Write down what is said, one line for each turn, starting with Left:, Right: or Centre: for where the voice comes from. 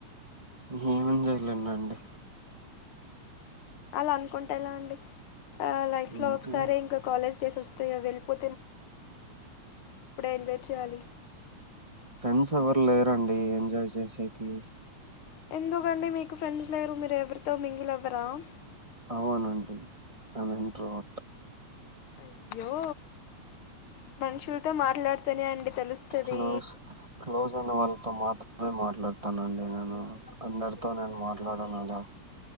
Right: ఏమం చేయలేన్నాండి
Left: అలా అనుకుంటేలా అండి ఆ లైఫ్ లో
Right: అంతే
Left: ఒకసారి ఇంకా కాలేజ్ డేస్ వస్తుంది వెళ్ళపో ఎంజాయ్ చేయాలి
Right: ఫ్రెండ్స్ ఎవరు లేరండి ఎంజాయ్ చేసేకి
Left: ఎందుకండి మీకు ఫ్రెండ్స్ లేరు మీరు ఎరితో మింగిల్ అవ గ్రామ్
Right: అవునండి ఆమె ఎంత టోట్
Left: అయ్యో మనుషులతో మాట్లాడుత సని అండి తెలుస్తది
Right: క్లోజ్ క్లోజ్ అయిన వాళ్ళతో మాత్రమే మాట్లాడతానండి నేను అందరితో నేను మాట్లాడను అలా